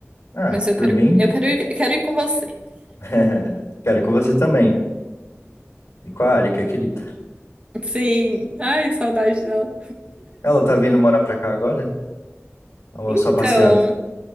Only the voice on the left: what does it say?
Ah,
por
mim,
<laughs> quero com você também. E com a Arika, querida.
Ela tá vindo morar pra cá agora? Ou
só passeando?